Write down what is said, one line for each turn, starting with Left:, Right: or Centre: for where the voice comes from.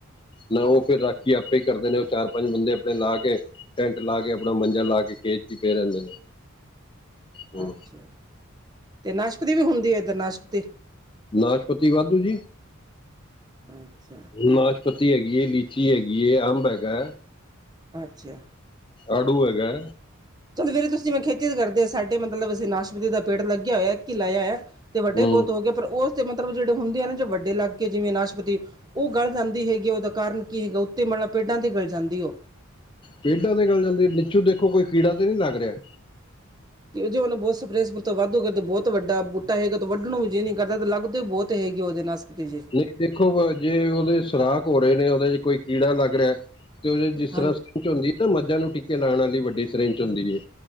Left: ਨਾ ਉਹ ਫੇਰ ਰਾਖੀ ਆਪੇ ਈ ਕਰਦੇ ਨੇ ਓਹ ਚਾਰ-ਪੰਜ ਬੰਦੇ ਅਪਣੇ ਲਾ ਕੇ। ਟੈਂਟ ਲਾ ਕੇ ਅਪਣਾ ਮੰਜਾ ਲਾ ਕੇ ਖੇਤ 'ਚ ਪਏ ਰਹਿੰਦੇ ਨੇ। ਹੂੰ
Right: ਅੱਛਾ ਤੇ ਨਾਸ਼ਪਤੀ ਵੀ ਹੁੰਦੀ ਏ ਏਧਰ ਨਾਸ਼ਪਤੀ
Left: ਨਾਸ਼ਪਤੀ ਵਾਧੂ ਜੀ।
Right: ਅੱਛਾ
Left: ਨਾਸ਼ਪਤੀ ਹੈਗੀ ਏ ਲੀਚੀ ਹੈਗੀ ਏ ਅੰਬ ਹੈਗੈ।
Right: ਅੱਛਾ
Left: ਆੜੂ ਹੈਗਾ।
Right: ਚਲੋ ਫੇਰ ਤੁਸੀਂ ਮੈਂ ਖੇਤੀ ਕਰਦੇ ਹੋ ਸਾਡੇ ਮਤਲਬ ਅਸੀਂ ਨਾਸ਼ਪਤੀ ਦਾ ਪੇੜ ਲੱਗਿਆ ਹੋਇਆ ਕੀ ਈ ਲਾਇਆ। ਤੇ ਵੱਡੇ
Left: ਹੂੰ
Right: ਬਤ ਹੋ ਗੇ ਪਰ ਓ ਤੇ ਮਤਲਬ ਜਿਹੜੇ ਹੁੰਦੇ ਆ ਨਾ ਜ ਵੱਡੇ ਲਾਗ ਕੇ ਜਿਵੇਂ ਨਾਸ਼ਪਤੀ ਓਹ ਗਲ ਜਾਂਦੀ ਹੈਗੀ ਉਹਦਾ ਕਾਰਨ ਕੀ ਹੈਗਾ। ਤੇ ਮਤਲਬ ਪੇਡਾਂ ਤੇ ਗਲ ਜਾਂਦੀ ਏ ਓ।
Left: ਪੇਡਾਂ ਦੇ ਗਲ ਜਾਂਦੇ ਨੀਚੂ ਦੇਖੋ ਕੋਈ ਕੀੜਾ ਤੇ ਨੀ ਲੱਗ ਰਿਹਾ।
Right: ਵੀਰ ਜੀ ਉਹਨੂ ਬੋਤ ਸਪਰੇ-ਸਪਰੂ ਤੋਂ ਵਾਧੂ ਕਰਦੇ ਬੋਤ ਵਡਾ ਬੂਟਾ ਹੈਗੇ ਤੋਂ ਵੱਡਣੋ ਵੀ ਜੀਅ ਨੀ ਕਰਦਾ ਤੇ ਲੱਗਦੇ ਬੋਤ ਤੇ ਹੇਗੀ ਓਹਦੇ ਨਾਸਪਤੀ ਜੀ।
Left: ਨਹੀਂ ਦੇਖੋ ਵ ਜੇ ਉਹਦੇ ਸੁਰਾਖ ਹੋ ਰਹੇ ਨੇ ਉਹਦੇ 'ਚ ਕੋਈ ਕੀੜਾ ਲੱਗ ਰਿਹਾ ਤੇ ਉਹਦੇ ਜਿਸ
Right: ਹਾਂ
Left: ਤਰ੍ਹਾਂ 'ਚ ਹੁੰਦੀ ਏ ਨਾ ਮੱਝਾਂ ਨੂੰ ਟੀਕੇ ਲਾਂਣ ਆਲੀ ਵੱਡੀ ਸਰੇੰਚ ਹੁੰਦੀ ਏ।